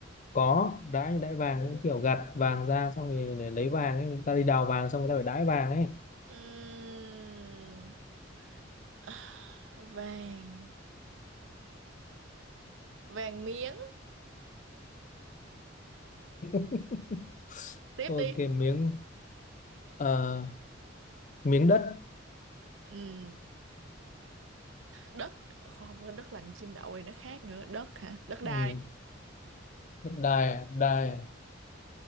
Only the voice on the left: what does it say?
có đãi đãi vàng cũng kiểu gặt vàng ra xong thì để lấy vàng ấy người ta đi đào vàng xong người ta phải đãi vàng ấy
<laughs>
ok
miếng ờ, miếng đất
ừ. đài đài